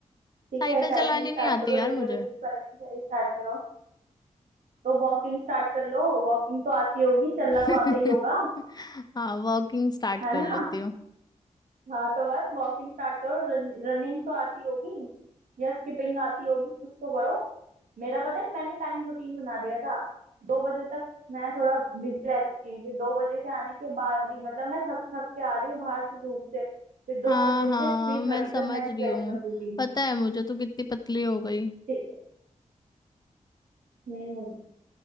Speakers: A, on the right (about 90°); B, on the left (about 30°).
A: ठीक
B: साइकिल
A: है साइकिलिंग
B: चलानी
A: स्टार्ट
B: नहीं आती
A: करो
B: यार
A: रेगुलर
B: मुझे
A: बेसिस पर एक्सरसाइज स्टार्ट करो तो वॉकिंग स्टार्ट कर लो वॉकिंग तो आती होगी चलना
B: <laughs>
A: तो आता ही होगा
B: हाँ वॉकिंग स्टार्ट
A: है
B: कर
A: ना
B: लेती हूँ
A: हाँ तो बस वॉकिंग स्टार्ट करो रनिंग तो आती होगी या स्किपिंग आती होगी कुछ तो करो मेरा पता है मैंने टाइम रूटीन बना दिया था दो बजे तक मैं थोड़ा बिजी रहती थी फिर दो बजे के आने के बाद ही मतलब मैं थक थक के आ रही हूँ बाहर से धूप से फिर दो
B: हाँ
A: बजे
B: हाँ
A: से थ्री
B: मैं
A: थर्टी
B: समझ
A: तक मैं एक्सरसाइज
B: रही हूँ
A: करती थी
B: पता है मुझे तो कितनी पतली हो गई
A: ठीक है हम्म